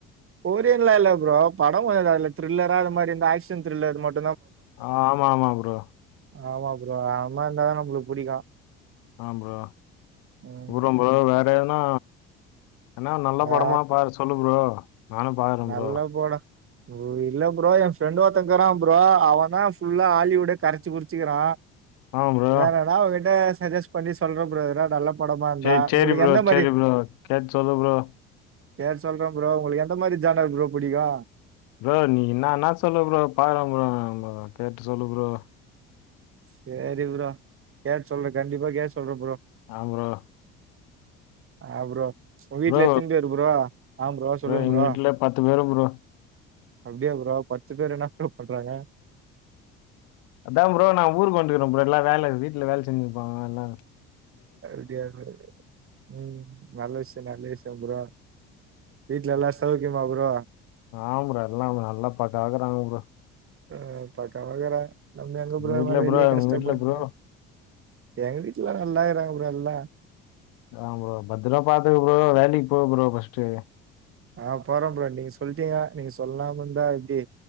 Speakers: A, on the right; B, on the left.
A: கோரியன்லா இல்ல ப்ரோ பட ஆமாங்க அந்த அதுல திரில்லறா அது மாரி இந்த ஆக்ஷன் திரில்லர் அது மட்
B: ஆமா ஆமா ப்ரோ
A: ஆமா ப்ரோ அது மாரி இருந்தாதா நம்மளுக்கு புடிக்கு
B: ஆம் ப்ரோ
A: ம்.
B: அப்றோ ப்ரோ வேற எதுனா என்னா நல்ல
A: வே
B: படமா பாத்து சொல்லு ப்ரோ நானு பாக்றே
A: நல்ல
B: ப்ரோ
A: படம். இல்ல ப்ரோ ஏ ஃப்ரெண்ட் ஒருத்தேக்றா ப்ரோ அவே தா ஃபுல்லா ஆலிவுட்டே கரச்சி குடிச்சிக்கிறா
B: ஆமாம் ப்ரோ
A: வேறன்னா அவங்கிட்ட சஜஸ்ட் பண்ணி சொல்றே ப்ரோ எதுனா நல்ல படமா இருந்தா.
B: செரி செரி
A: உங்களுக்கு
B: ப்ரோ
A: எந்த
B: செரி
A: மாரி
B: ப்ரோ கேட்டு சொல்லு ப்ரோ
A: சேரி சொல்றே ப்ரோ உங்களுக்கு எந்த மாரி ஜானல் ப்ரோ புடிக்கு
B: ப்ரோ நீ என்ன வேணா சொல்லு ப்ரோ பாக்கலா ப்ரோ கேட்டு சொல்லு ப்ரோ
A: சேரி ப்ரோ கேட்டு சொல்றே கண்டிப்பா கேட்டு சொல்றே ப்ரோ
B: ஆ ப்ரோ
A: ஆ ப்ரோ உ வீட்ல
B: ப்ரோ
A: எத்தினி பேரு ப்ரோ ஆ ப்ரோ சொல்லுங்க
B: எங்க
A: ப்ரோ
B: வீட்ல பத்து பேரு ப்ரோ
A: அப்டியா ப்ரோ பத்து பேர் என்ன ப்ரோ பண்றாங்க
B: அதா ப்ரோ நா ஊருக்கு வன்ட்டுக்குறே ப்ரோ எல்லா வேல வீட்ல வேல செஞ்சின்னுருப்பாங்க எல்லா
A: அப்டியா ம் நல்ல விஷயோ நல்ல விஷயோ ப்ரோ வீட்ல எல்லா சௌக்கியமா ப்ரோ
B: ஆமா ப்ரோ எல்லா நல்லா பக்காவாக்குறாங்க ப்ரோ
A: ஆ பக்காவாக்குறாங்க நம்ம எங்க
B: உங்க
A: ப்ரோ இது
B: வீட்ல
A: மாரி வெளிய கஷ்டப்பட்டு
B: உங்க வீட்ல ப்ரோ
A: எங்க வீட்ல நல்லாக்குறாங்க ப்ரோ எல்லா
B: ஆ ப்ரோ பத்ரமா பாத்துக்கோ ப்ரோ வேலக்கி போ ப்ரோ ஃபர்ஸ்ட்டு
A: ஆ போறே ப்ரோ நீங்க சொல்ட்டீங்க நீங்க சொல்லாம இருந்தா எப்டி